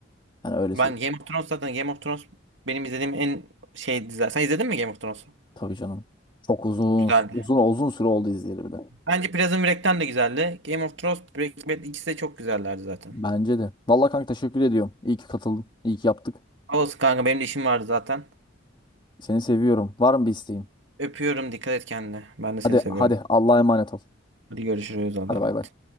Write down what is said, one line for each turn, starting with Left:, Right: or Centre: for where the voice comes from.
Left: Yani öyle söyleyeyim.
Right: Ben Game of Thrones zaten Game of Thrones benim izlediğim en şey diziler. Sen izledin mi Game of Thrones'u?
Left: Tabii canım. Çok uzun
Right: Güzeldi.
Left: uzun uzun süre oldu izleyeli bir de.
Right: Bence Prison Break'ten de güzeldi. Game of Thrones, Breaking Bad ikisi de çok güzellerdi zaten.
Left: Bence de. Vallahi kanka teşekkür ediyorum. İyi ki katıldın. İyi ki yaptık.
Right: Olsun kanka benim de işim vardı zaten.
Left: Seni seviyorum. Var mı bir isteğin?
Right: Öpüyorum dikkat et kendine. Ben de seni
Left: Hadi
Right: seviyorum.
Left: hadi Allah'a emanet ol.
Right: Hadi görüşürüz Allah'a
Left: Hadi
Right: emanet.
Left: bay bay.